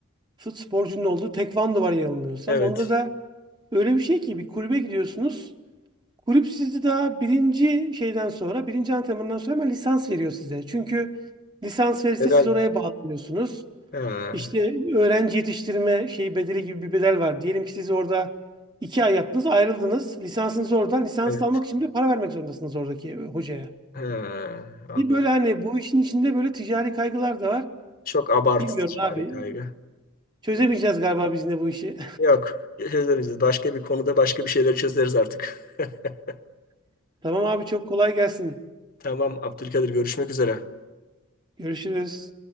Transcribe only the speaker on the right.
fut sporcunun olduğu tekvando var yanılmıyorsam.
Onda da öyle bir şey ki bir kulübe gidiyorsunuz. Kulüp sizi daha birinci şeyden sonra, birinci antrenmandan sonra hemen lisans veriyor size. Çünkü lisans verirse
siz oraya bağlanıyorsunuz.
İşte öğrenci yetiştirme şeyi bedeli gibi bir bedel var. Diyelim ki siz orada iki ay yaptınız, ayrıldınız. Lisansınız oradan. Lisans
almak için de para vermek zorundasınız oradaki e, hocaya.
Bir Böyle hani bu işin içinde böyle ticari kaygılar da var.
Bilmiyorum abi.
Çözemeyeceğiz
galiba biz yine bu işi.
<laughs> Tamam abi çok kolay gelsin.
Görüşürüz.